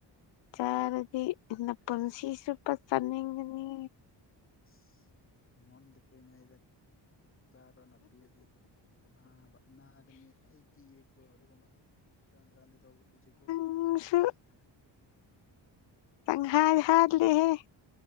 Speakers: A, on the left; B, on the left.
A: ꯆꯥꯔꯗꯤ ꯅꯥꯄꯨꯟꯁꯤ
B: ꯑꯁ
A: ꯆꯨꯞꯄ ꯆꯥꯅꯤꯡꯒꯅꯤ
B: ꯁꯤ ꯃꯨꯟꯗꯔꯤꯉꯩꯗ ꯆꯥꯔꯣꯅ ꯄꯤꯔꯗꯤ ꯅꯥꯕ ꯅꯥꯒꯅꯤ ꯑꯩ ꯀꯤꯌꯦ ꯀꯣ ꯑꯗꯨꯒꯨꯝꯕ ꯁꯦꯔꯥꯟ ꯇꯨꯔꯥꯟꯗꯤ ꯇꯧꯒꯨꯝꯁꯤ ꯀꯣ
A: <unintelligible>
B: <unintelligible>
A: ꯆꯪ ꯍꯥꯠ ꯍꯥꯠꯂꯤꯍꯦ